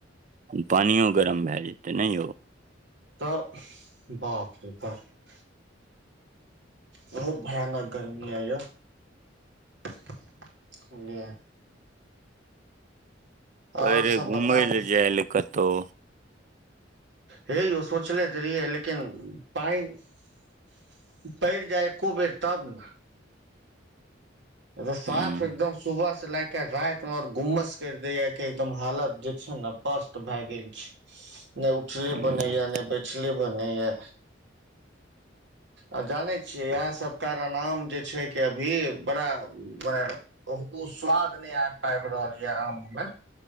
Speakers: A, on the right; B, on the right.
A: पानियो गरम भए जेतै ने यौ
B: तऽ बाप रे बाप। बहुत भयानक गर्मी अइ यौ। बुझलियै? आओर
A: कहै रहियै
B: सब
A: घूमय
B: बताबू
A: लए जाय ले कतहु।
B: हे यौ सोचले तऽ रहियै, लेकिन पानि पड़ि जाय एक्को बेर तब न। रे, साफ
A: हूँ
B: एकदम सुबह से लएके राति मे आओर गुम्मस करि देय य कि एकदम हालत जे छै ने पस्त भए गेल छी। नहि उठले
A: हूँ
B: बनैया ने बैठले बनैया आ जानै छियै इएह सब कारण आम जे छै कि अभी। कराउ। भाइ, ओ स्वाद नहि आबि पाबि रहल यए आममे।